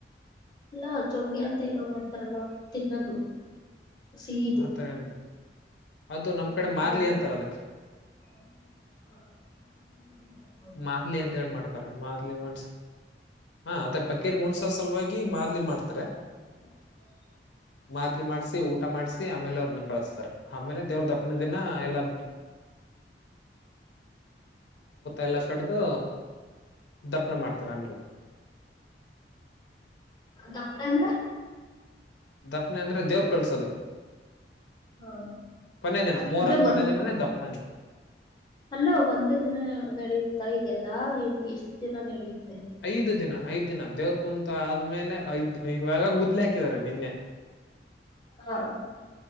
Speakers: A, on the left (about 25°); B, on the left (about 80°).
A: ಅಲ್ಲಾ ಚೊಗೆ ಅಂತ ಏನೋ ಮಾಡ್ತಾರಲ್ಲ ತಿನ್ನದು ಸೀದು
B: ಆತರ ಏನ್ ಅದು ನಮ್ ಕಡೆ
A: ನಮದ
B: ಮಾದ್ಲಿ ಅಂತಾರ ಅದಕ್
A: <unintelligible>
B: ಮಾದ್ಲಿ ಅಂತ ಹೇಳಿ ಮಾಡ್ತಾರ ಮಾದ್ಲಿ ಮನ್ಸ ಹಾ ಅದೇ ಪೇರಿಗೆ ಹ ಒಣ್ಸ ಸಲುವಾಗಿ ಮಾರ್ಲಿ ಮಾಡ್ತಾರೆ
A: <unintelligible>
B: ಮಾತ್ಲಿ ಮಾಡ್ಸಿ ಊಟ ಮಾಡ್ಸಿ ಆಮೇಲೆ ಅವ್ರನ್ನ ಕಳಸ್ತಾರೆ ಆಮೇಲೆ ದೇವ್ರ ದಪ್ಪನ ದಿನ ಎಲ್ಲಾ ಎಲ್ಲ ಕಡ್ದು ದಪ್ಪನ ಮಾಡ್ತಾರೆ ಆಮೇಲೆ
A: ತಪ್ಪನ ಅಂದ್ರೆ
B: ದಪ್ಪನೆ ಅಂದ್ರೆ ದೇವ್ರರು ಕಳ್ಸೋದು
A: ಹ
B: ಕೊನೇ ದಿನ ಮೋರಂ
A: ಅಂದ್ರೆ
B: ಕೊನೆೇ
A: ಒಂದ್
B: ದಿನ ದಪ್ಪನ ಅಂಂತೆ
A: ಅಲ್ಲ ಒಂದೇ ದಿನ ನಡೆಯುತ್ತಾ ಇಗೆಲ್ಲಾ ಎಷ್ಟ್ ದಿನ ನಡೆಯುತ್ತೆ
B: ಐದು ದಿನ ಐದ್ ದಿನ ದೇವ್ರ ಕುಂತ ಆದ್ಮೇಲೆ ಐದ್ ಇವಾಗ ಗುದ್ಲೆ ಹಾಕಿದಿದ್ದಾರೆ ನಿನ್ನೆ <unintelligible>
A: ಹಾ